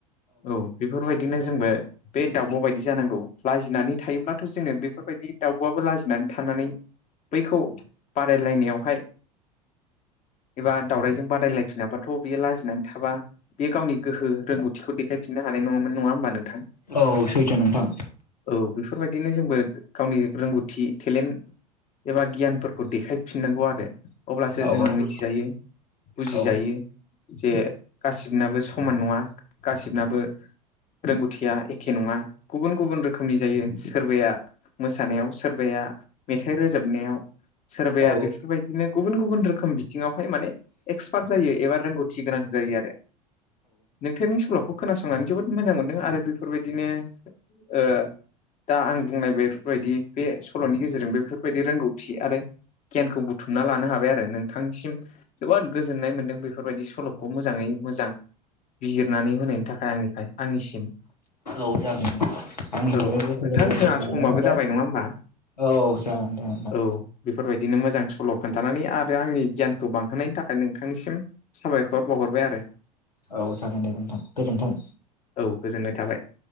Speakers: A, on the left (about 35°); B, on the left (about 80°).
A: औ बेफोरबायदिनो जोंबो बे दाउब' बायदि जानांगौ लाजिनानै थायोब्लाथ' जोङो बेफोरबायदि दाउब'आबो लाजिनानै थानानै बैखौ बादायलायनायावहाय एबा दावरायजों बादायलायफिनाबाथ' बेयो लाजिनानै थाबा बेयो गावनि गोहो रोंगौथिखौे देखाय फिननो हानाय नङाम नङा होमबा नोंथां?
B: औ सैथो नोंथां।
A: औ बेफोरबायदिनो जोंबो गावनि रोंगौथि टेलेन्ट एबा गियानफोरखौ देखायफिननांगौ आरो। अब्लासो
B: औ
A: जों
B: औ
A: मिथिजायो बुजिजायो।
B: औ
A: जे गासिबनाबो समान नङा। गासिबनाबो रोंगौथिया एखे नङा गुबुन गुबुन रोखोमनि जायो। सोरबाया मोसानायाव सोरबाया मेथाइ रोजाबनायाव सोरबाया
B: औ
A: बेफोरबायदिनो गुबुन गुबुन रोखोम बिथिङावहाय माने एक्सपार्ट जायो एबा रोंगौथि गोनां जायो आरो। नोंथांनि सल'खौ खोनासंनानै जोबोद मोजां मोनदों आरो बेफोरबायदिनो ओ दा आं बुंनाय बेफोरबायदि बे सल'नि गेजेरजों बेफोरबायदि रोंगौथि आरो गियानखौ बुथुमना लानो हाबाय आरो नोंथांनिसिम जोबोद गोजोननाय मोन्दों बेफोरबायदि सल'खौ मोजाङै मोजां बिजिरनानै होनायनि थाखाय आंनिफाय आंनिसिम।
B: औ जागोन। आंनिफ्रायबो
A: औ
B: गोसो
A: नोंथां
B: गोरबोनिफ्राय
A: जोंहा
B: गोजोननाय
A: समाबो
B: थाबाय।
A: जाबाय नङा होमबा
B: औ जागोन दे नोंथां।
A: औ बेफोरबायदिनो मोजां सल' खोन्थानानै आरो आंनि गियानखौ बांहोनायनि थाखाय नोंथांनिसिम साबायखर बावहरबाय आरो।
B: औ जागोन दे नोंथां, गोजोन्थों।
A: औ गोजोननाय थाबाय।